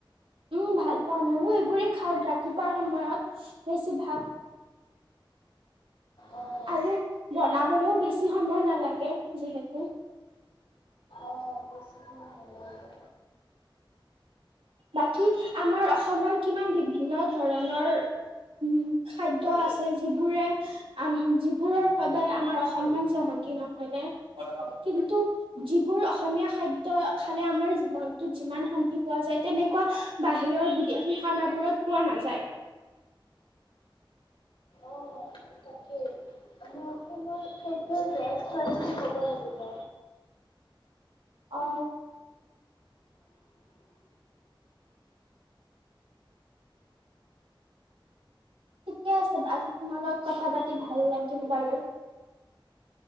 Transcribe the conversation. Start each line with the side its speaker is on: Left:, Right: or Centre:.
Right: উম ভাল পাওঁ মইও এইবোৰে খাওঁ ৰাতিপুৱাৰ সময়ত বেছি ভাগ।
Left: অঁ
Right: আৰু বনাবলৈও বেছি সময় নালাগে যিহেতু।
Left: অঁ বেছি সময় নালাগে
Right: বাকী আমাৰ অসমৰ কিমান বিভিন্ন ধৰণৰ। উম খাদ্য আছে যিবোৰে। আম যিবোৰৰ বাবে আমাৰ অসমখন চহকী নহয়নে কিন্তু। যিবোৰ অসমীয়া খাদ্য খালে আমাৰ জীৱনটোত যিমান শান্তি পোৱা যায়, তেনেকুৱা বাহিৰৰ বিদেশী খানাবোৰত পোৱা নাযায়।
Left: অঁ তাকেই। আমাৰ খাদ্যৰ বেষ্ট হয় বুলি ক'ব লাগিব।
Right: অঁ। ঠিকে আছে আজি তোমাৰ লগত কথা পাতি ভাল লাগিল বাৰু।